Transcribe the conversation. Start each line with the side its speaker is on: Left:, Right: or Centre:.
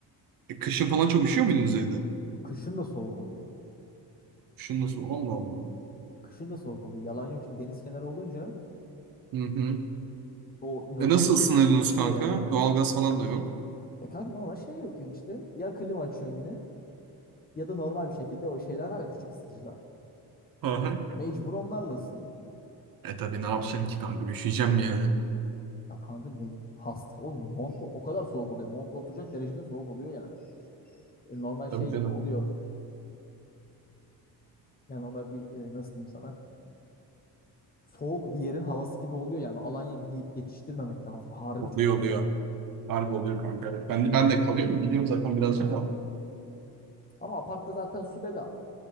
Right: E, kışın falan çok üşüyor muydunuz evde?
Left: Kışın da soğuk oluyor.
Right: Kışın nasıl? Allah Allah.
Left: Kışın da soğuk oluyor. Yalan yok. Şimdi deniz kenarı olunca
Right: Hı hı.
Left: o lodo
Right: E nasıl ısınıyordunuz
Left: esiyor
Right: kanka?
Left: yani.
Right: Doğalgaz falan da yok.
Left: E kanka normal şey yakıyorsun işte. Ya klima açıyorsun yine ya da normal bir şekilde o şeyler var ya küçük ısıtıcılar.
Right: Hı hı.
Left: Mecbur onlarla ısınıyorsun yani.
Right: E tabii ne yapacaksın ki kanka? Üşüyeceğim mi yani?
Left: Ya kanka ne hasta oğlum montla o kadar soğuk oluyor. Montla oturacak derecede soğuk oluyor yani. E, normal şey
Right: Tabii canım.
Left: gibi oluyor. Yani normal bir e, nasıl diyeyim sana soğuk bir yerin havası gibi oluyor yani. Alanya deyip geçiştirmemek lazım. Harbi
Right: Oluyor
Left: çok.
Right: oluyor. Harbi oluyor kanka. evet. Ben de, ben de kalıyorum. Biliyorum zaten birazcık da.
Left: Ama apartta zaten su bedava.